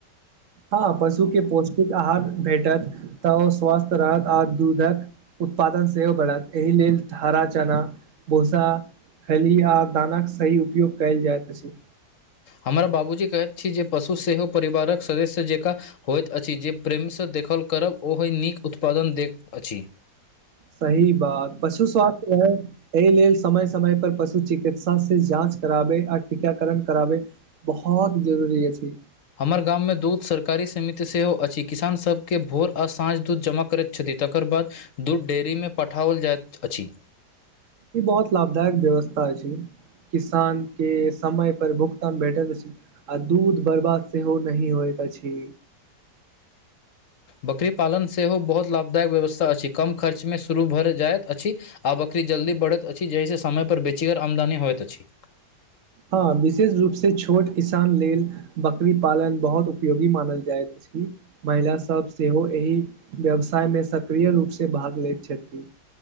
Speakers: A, on the right; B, on the left.
A: हँ पशु के पौष्टिक आहार भेटत तऽ ओ स्वस्थ रहत आ दूधक उत्पादन सेहो बढ़त एहि लेल हरा चना भूसा खैली आ दानक सही उपयोग कयल जाइत अछि
B: हमरा बाबूजी कहैत छी जे पशु सेहो परिवारक सदस्य जेकाँ होइत अछि जे प्रेमसँ देखल करब ओहि नीक उत्पादन दैत अछि
A: सही बात पशु स्वास्थ्य रहै एहि लेल समय समय पर पशु चिकित्सा से जाँच कराबे आ टीकाकरण कराबे बहुत जरूरी अछि
B: हमर गाममे दूध सरकारी समिति सेहो अछि किसानसभके भोर आ साँझ दूध जमा करैत छथि तकर बाद दूध डेयरी मे पठाओल जाइत अछि
A: ई बहुत लाभदायक व्यवस्था छै किसान के समय पर भुगतान भेटल अछि आ दूध बर्बाद सेहो नही होइत अछि
B: बकरी पालन सेहो बहुत लाभदायक व्यवस्था अछि कम खर्चमे शुरू भरि जाइत अछि आब बकरी जल्दी बढ़ैत अछि जहिे समय पर बेचीगर आमदनी होइत अछि
A: हँ विशेष रूप से छोट किसान लेल बकरी पालन बहुत उपयोगी मानल जाइत अछि महिला सभ सेहो एहि व्यवसाय मे सक्रिय रूप से भाग लैत छथि